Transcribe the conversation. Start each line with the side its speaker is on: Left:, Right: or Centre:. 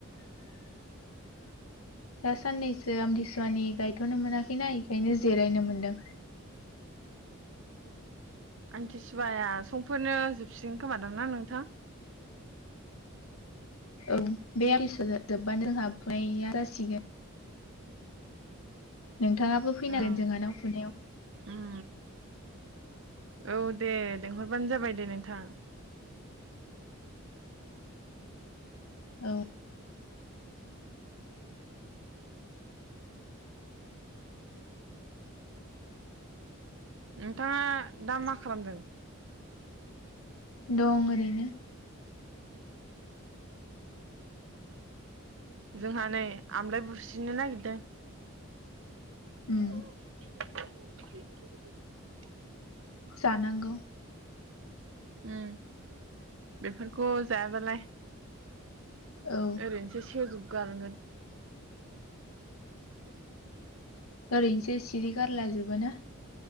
Left: दा साननैसो आमथिसुवानि गायथ'नो मोनाखैना बेखायनो जिरायनो मोनदों
Right: आमतिसुवाया समफोरनो जोबसिगोन खोमादां ना नोंथां
Left: औ बे आमथिसुवा जोब्बानो जोंहा फुनाया जासिगोन नोंथाङाबो फैनांगोन
Right: ओं
Left: जोंहानाव फुनायाव
Right: उम औ दे लिंहरबानो जाबाय दे नोंथां
Left: औ
Right: नोंथाङा दा मा खालामदों
Left: दं ओरैनो
Right: जोंहा नै आमलाय बुस्रिनो नागिरदों <inaudible>
Left: उम जानांगौ
Right: उम बेफोरखौ जायाबालाय
Left: औ
Right: ओरैनोसै सेवजो गारगोन
Left: ओरैनोसो सिरि गारला जोबोना।